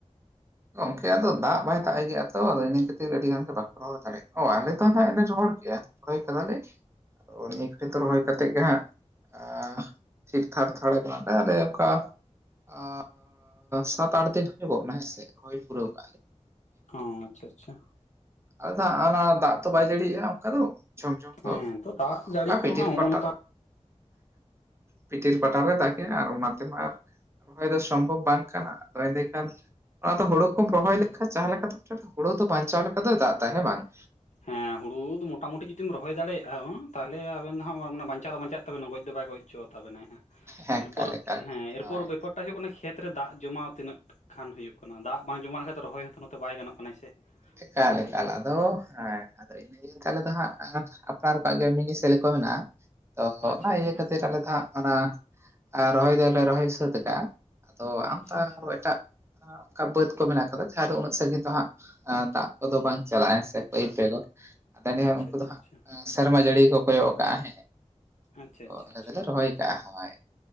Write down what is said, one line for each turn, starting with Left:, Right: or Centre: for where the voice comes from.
Right: ᱜᱚᱝᱹᱠᱮ ᱟᱫᱚ ᱫᱟᱜ ᱵᱟᱭ ᱫᱟᱜ ᱜᱮᱼᱟ ᱛᱚ ᱤᱱᱟᱹ ᱠᱷᱟᱹᱛᱤᱨ ᱟᱹᱰᱤ ᱜᱟᱱ ᱵᱟᱠᱚ ᱨᱚᱦᱟᱭ <unintelligible> ᱨᱚᱦᱚᱭ ᱠᱟᱫᱟᱞᱮ ᱟᱫᱚ ᱱᱤᱭᱟᱹ <unintelligible> ᱨᱚᱦᱚᱭ ᱠᱟᱛᱮᱫ ᱜᱮ ᱦᱟᱸᱜ ᱟᱸ ᱛᱷᱤᱨ ᱛᱷᱟᱨ ᱦᱟᱛᱟᱲ ᱟᱠᱟᱱᱟ ᱞᱟᱹᱭ ᱟᱞᱮ ᱚᱱᱠᱟ ᱟᱻ ᱥᱟᱛ ᱟᱴ ᱫᱤᱱ ᱦᱩᱭᱜᱚᱫ ᱮᱱᱟ ᱦᱮᱸᱥᱮ ᱦᱩᱭ ᱯᱩᱨᱟᱹᱣ ᱠᱟᱜ ᱟᱞᱮ᱾
Left: ᱦᱚᱸ ᱟᱪᱪᱷᱟ ᱟᱪᱪᱷᱟ᱾
Right: <unintelligible> ᱫᱟᱜ ᱛᱚ ᱵᱟᱭ ᱡᱟᱹᱲᱤ ᱮᱫᱟ ᱚᱱᱠᱟ ᱫᱚ ᱡᱷᱚᱢ ᱡᱷᱚᱢ ᱛᱚ
Left: ᱦᱮᱸ ᱫᱟᱜ ᱡᱟᱹᱲᱤ
Right: ᱚᱱᱠᱟ
Left: ᱛᱚ
Right: ᱯᱤᱴᱤᱨ
Left: ᱦᱟᱸᱜ ᱱᱚᱜᱼᱚ
Right: ᱯᱟᱴᱟᱨ
Left: ᱱᱚᱝᱠᱟ
Right: ᱯᱤᱴᱤᱨ ᱯᱟᱴᱟᱨᱮ ᱫᱟᱜᱽ ᱠᱮᱼᱟ ᱟᱨ ᱚᱱᱟ ᱛᱮᱢᱟ ᱨᱚᱦᱚᱭ ᱫᱚ ᱥᱚᱢᱵᱷᱚᱵ ᱵᱟᱝ ᱠᱟᱱᱟ ᱮᱸᱰᱮᱠᱷᱟᱱ ᱚᱱᱟ ᱫᱚ ᱦᱩᱲᱩ ᱠᱚᱢ ᱨᱚᱦᱚᱭ ᱞᱮᱠᱷᱟᱡ ᱡᱟᱦᱟᱸ ᱞᱮᱠᱟ ᱦᱩᱲᱩ ᱫᱚ ᱵᱟᱧᱪᱟᱣ ᱫᱚ ᱫᱟᱜᱽ ᱮᱫᱟᱭ ᱦᱮᱸ ᱵᱟᱝ
Left: ᱦᱮᱸ ᱦᱩᱲᱩ ᱫᱚ ᱢᱚᱴᱟᱢᱩᱴᱤ ᱡᱩᱫᱤᱢ ᱨᱚᱦᱚᱭ ᱫᱟᱲᱮᱭᱟᱜᱼᱟ ᱛᱟᱦᱞᱮ ᱟᱵᱮᱱ ᱦᱟᱸᱜ ᱵᱟᱧᱪᱟᱣ ᱫᱚ ᱵᱟᱧᱪᱟᱜ ᱛᱟᱵᱮᱱᱟ ᱜᱚᱡᱽ ᱫᱚ ᱵᱟᱭ ᱜᱚᱡᱽ ᱦᱚᱪᱚᱟᱜᱼᱟ᱾ ᱛᱟᱵᱮᱱᱟᱭ ᱦᱟᱸᱜ
Right: ᱦᱮᱸ
Left: ᱮᱨᱯᱚᱨ
Right: ᱮᱠᱟᱞ ᱮᱠᱟᱞ
Left: ᱦᱮᱸ ᱮᱨᱯᱚᱨ
Right: ᱦᱳᱭ
Left: ᱵᱮᱯᱟᱨᱴᱟᱜ ᱦᱩᱭᱩᱜ ᱠᱟᱱᱟ ᱠᱷᱮᱛ ᱠᱷᱮᱛ ᱨᱮ ᱫᱟᱜᱽ ᱡᱚᱢᱟᱣ ᱛᱤᱱᱟᱹᱜ ᱠᱷᱟᱱ ᱦᱩᱭᱩᱜ ᱠᱟᱱᱟ ᱫᱟᱜᱽ ᱵᱟᱝ ᱡᱚᱢᱟᱣ ᱞᱮᱠᱷᱟᱱ ᱫᱚ ᱨᱚᱦᱚᱭ ᱦᱚᱸ ᱱᱚᱛᱮ ᱵᱟᱭ ᱜᱟᱱᱚᱜ ᱠᱟᱱᱟ ᱥᱮ
Right: ᱮᱠᱟᱞ
Left: ᱢᱚᱴᱟᱢᱩᱴᱤ
Right: ᱮᱠᱟᱞ ᱟᱫᱚ ᱦᱮᱸ ᱟᱫᱚ ᱤᱧ ᱛᱷᱚᱞᱮ ᱫᱚ ᱦᱟᱸᱜ ᱟᱯᱱᱟᱨ ᱠᱚᱣᱟᱜ ᱜᱮ ᱢᱤᱱᱤ ᱥᱮᱞᱮ ᱠᱚ ᱢᱮᱱᱟᱜᱼᱟ ᱛᱚ
Left: ᱟᱪᱪᱷᱟ
Right: ᱚᱱᱟ
Left: ᱟᱪᱪᱷᱟ
Right: ᱤᱭᱟᱹ ᱠᱷᱟᱹᱛᱤᱨ ᱟᱞᱮ ᱫᱚ ᱦᱟᱸᱜ ᱚᱱᱟ ᱨᱚᱦᱚᱭ ᱫᱚᱞᱮ ᱨᱚᱦᱚᱭ ᱥᱟᱹᱛ ᱠᱟᱜᱼᱟ ᱟᱫᱚ
Left: ᱟᱪᱪᱷᱟ
Right: ᱟᱢ ᱛᱚ ᱟᱨ
Left: ᱟᱪᱪᱷᱟ
Right: ᱮᱴᱟᱜ ᱚᱱᱠᱟ ᱵᱟᱹᱫ ᱠᱚ ᱢᱮᱱᱟᱜ ᱠᱟᱫᱟ ᱡᱟᱦᱟᱸ ᱫᱚ ᱩᱱᱟᱹᱜ ᱥᱟᱺᱜᱤᱧ ᱫᱚ ᱦᱟᱸᱜ ᱟᱸ ᱫᱟᱜᱽ ᱠᱚᱫᱚ ᱵᱟᱝ ᱪᱟᱞᱟᱼᱟ ᱦᱮᱸ ᱥᱮ ᱯᱟᱭᱤᱯ ᱨᱮᱫᱚ ᱛᱟᱦᱞᱮ
Left: ᱟᱪᱪᱷᱟ
Right: ᱚᱱᱠᱩ
Left: ᱟᱪᱪᱷᱟ
Right: ᱦᱟᱸᱜ ᱥᱮᱨᱢᱟ ᱡᱟᱹᱲᱤ ᱠᱚ ᱠᱚᱭᱚᱜ ᱠᱟᱜᱼᱟ ᱦᱮᱸ
Left: ᱟᱪᱪᱷᱟ ᱟᱪᱪᱷᱟ ᱟᱪᱪᱷᱟ ᱟᱪᱪᱷᱟ
Right: ᱟᱞᱮ ᱫᱚᱞᱮ ᱨᱚᱦᱚᱭ ᱠᱟᱜᱼᱟ ᱦᱳᱭ᱾